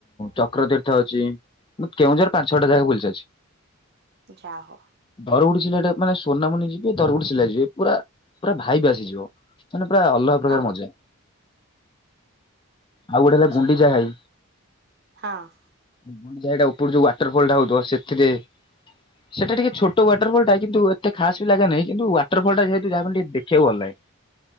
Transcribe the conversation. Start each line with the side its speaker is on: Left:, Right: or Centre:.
Left: ଚକ୍ରତୀର୍ଥ ଅଛି। ମୁଁ କେଉଁଝରରେ ପାଞ୍ଚ
Right: ହଁ
Left: ଛଅଟା ଜାଗା ବୁଲି ସାରିଛି।
Right: ଯା ହଉ।
Left: ଦରଗୁଡି ଶିଳାଟା ମାନେ ସୁନମଣି ଯିବେ ଦରଗୁଡି ଶିଳା ଯିବେ ପୁରା ପୁରା ଭାଇଵ୍ ଆସିଯିବ। ମାନେ ପୁରା ଅଲଗା ପ୍ରକାର
Right: ହଁ
Left: ମଜା। ଆଉ ଗୋଟେ
Right: ଆଚ୍ଛା
Left: ହେଲା ଗୁଣ୍ଡିଚା ଘାଇ।
Right: ହଁ।
Left: ଗୁଣ୍ଡିଚା ଘାଇ ଟା ଉପରୁ ଯୋଉ ୱାଟରଫଲଟା ହଉଥିବ ସେଥିରେ ସେଟା ଟିକେ ଛୋଟ ୱାଟରଫଲଟା କିନ୍ତୁ ଏତେ ଖାସ୍ ବି ଲାଗେ ନାହିଁ। କିନ୍ତୁ ୱାଟରଫଲଟା ଯେହେତୁ ଯାହା ବି ହେଲେ ଟିକେ ଦେଖିବାକୁ ଭଲ ଲାଗେ।